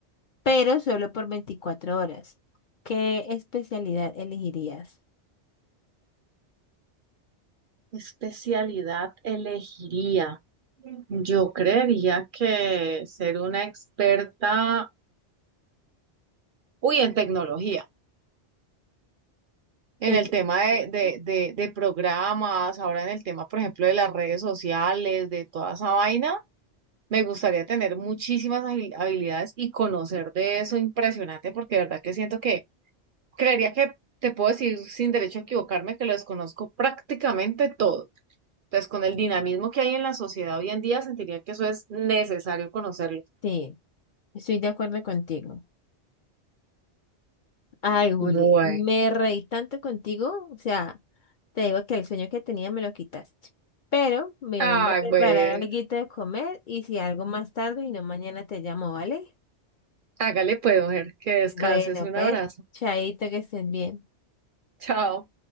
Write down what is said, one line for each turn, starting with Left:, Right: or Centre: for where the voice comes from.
Left: pero solo por 24 horas? ¿Qué especialidad elegirías?
Right: ¿Qué especialidad elegiría? Yo creería que ser una experta, uy, en tecnología, en
Left: Entonces,
Right: el tema de, de,
Left: sí.
Right: de, de programas, ahora en el tema, por ejemplo, de las redes sociales, de toda esa vaina, me gustaría tener muchísimas habil- habilidades y conocer de eso impresionante, porque de verdad que siento que, creería que te puedo decir sin derecho a equivocarme que lo desconozco prácticamente todo. Entonces, con el dinamismo que hay en la sociedad hoy en día, sentiría que eso es necesario conocerlo.
Left: Sí, estoy de acuerdo contigo. Ay, Juli,
Right: Bueno.
Left: me reí tanto contigo, o sea, te digo que el sueño que tenía me lo quitaste. Pero me
Right: Ay,
Left: voy a preparar
Right: bueno.
Left: algo de comer y si algo más tarde y no mañana te llamo, ¿vale?
Right: Hágale pues, mujer, que descanses.
Left: Bueno,
Right: Un
Left: pues,
Right: abrazo.
Left: chaito, que estén bien.
Right: Chao.